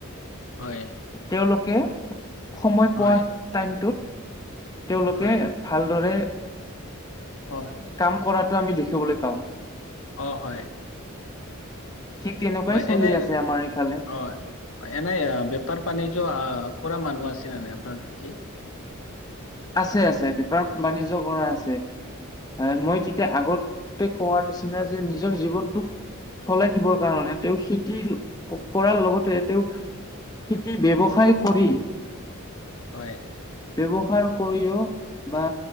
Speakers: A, on the left; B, on the left.
A: হয়।
B: তেওঁলোকে সময়
A: হয়
B: পোৱা টাইমটোত তেওঁলোকে
A: হয়
B: ভালদৰে
A: হয়
B: কাম কৰাটো আমি দেখিবলৈ পাওঁ
A: অ হয়।
B: ঠিক তেনেকুৱাই
A: হয়
B: চলি
A: এনে
B: আছে আমাৰ এইফালে
A: অ এনেই আ বেপাৰ বাণিজ্য আ কৰা মানুহ আছে নে নাই আপোনাৰ কি
B: আছে আছে বেপাৰ বাণিজ্য কৰা আছে মই তেতিয়া আগৰ তে কোৱাৰ নিচিনা যে নিজৰ জীৱনটো চলাই নিবৰ কাৰণে তেওঁ খেতি কৰাৰ লগতে তেওঁ খেতি ব্যৱসায় কৰি
A: হয়।
B: ব্যৱহাৰ কৰিও বা